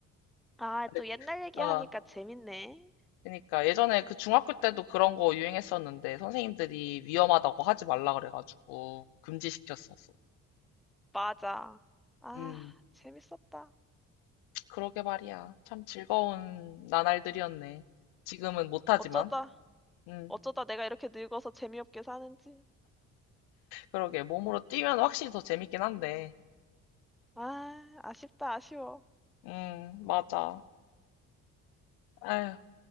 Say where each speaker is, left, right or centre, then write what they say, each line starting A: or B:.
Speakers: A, in the centre; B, on the left.
A: 아,
B: 근데,
A: 또 옛날 얘기하니까
B: 아,
A: 재밌네.
B: 그러니까 예전에 그 중학교 때도 그런 거 유행했었는데 선생님들이 위험하다고 하지 말라 그래가지고 금지시켰었어.
A: 맞아. 아,
B: 음,
A: 재밌었다.
B: 그러게 말이야. 참 즐거운 나날들이었네. 지금은 못하지만.
A: 어쩌다,
B: 음,
A: 어쩌다 내가 이렇게 늙어서 재미없게 사는지.
B: 그러게. 몸으로 뛰면 확실히 더 재밌긴 한데.
A: 아, 아쉽다, 아쉬워.
B: 음, 맞아. 아휴,